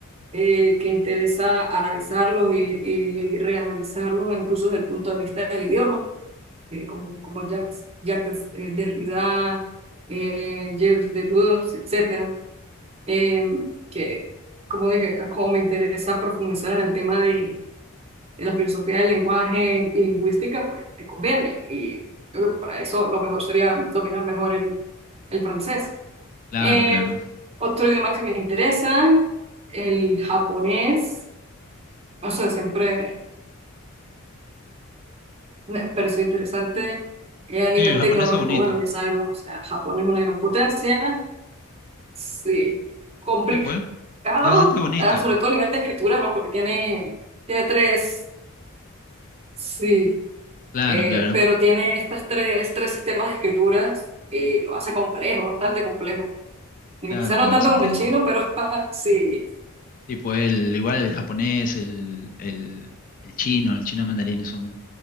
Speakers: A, on the right; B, on the left.
A: eh, que interesa analizarlos y, y y reanalizarlos, incluso desde el punto de vista del idioma, eh, como, como Jacques, Jacques eh, Derrida, eh, Gilles Deleuze, etcétera Eh, que, como dije, como me interesa profundizar en el tema de de la filosofía del lenguaje y lingüística, pues me conviene. Y creo que para eso lo mejor sería dominar mejor el, el francés.
B: Claro,
A: Eh,
B: claro.
A: otro idioma que me interesa, el japonés. O sea, siempre me pareció interesante. Eh, a nivel
B: Sí, el japonés
A: tecnológico,
B: es bonito.
A: bueno, ya sabemos, o sea, Japón es una gran potencia. Sí, complicado,
B: Sí, pues. Es bastante bonito.
A: ah, sobre todo a nivel de escritura, ¿no? Porque tiene, tiene tres, sí,
B: Claro,
A: Eh,
B: claro.
A: pero tiene estas tres, tres sistemas de escrituras y lo hace complejo, bastante complejo. Eh,
B: Claro,
A: quizá no
B: claro,
A: tanto
B: se
A: como
B: entiende.
A: el chino, pero <laughs> sí.
B: Tipo el igual el japonés, el el el chino, el chino mandarín son